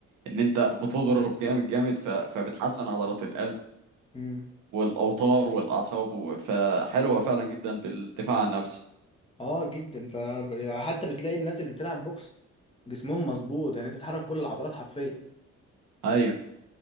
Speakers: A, on the right; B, on the left.
A: ان انت بتضرب جامد جامد ف... فبتحسن عضلات القلب
B: امم
A: والاوتار والاعصاب و... فحلوه فعلا جدا للدفاع عن النفسي
B: اه جدا فحتى بتلاقي الناس اللي بتلعب بوكس جسمهم مظبوط يعني انت بتحرك كل العضلات حرفيا
A: ايوه